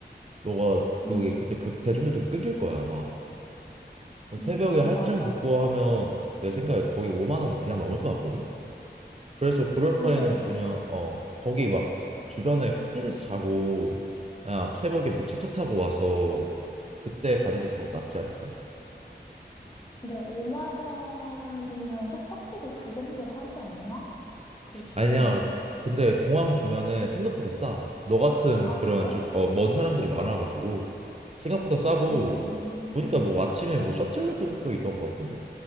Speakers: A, on the right; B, on the left.
A: 너가 그게
B: 음,
A: 그때 교, 대중교통 끊길 거야 아마. 그 새벽에
B: 음,
A: 할증
B: 맞아.
A: 붙고
B: 그치.
A: 하면 내 생각에 거의 5만 원 그냥 넘을 것 같거든. 그래서 그럴
B: 아,
A: 바에는
B: 근데,
A: 그냥 어 거기 막 주변에 호텔에서 자고 아 새벽에 뭐 첫차 타고 와서 그때 가는 게 더 낫지 않을까?
B: 근데 5만 원이면 숙박비도 그 정도 하지 않나? 그 주변에,
A: 아니야. 근데 공항 주변에 생각보다 싸. 너 같은
B: 아,
A: 그런
B: 그래?
A: 좀 어, 먼 사람들이 많아가지고 생각보다 싸고
B: 음,
A: 보니까 뭐 아침에 뭐 셔틀 같은 것도 있던 것 같던데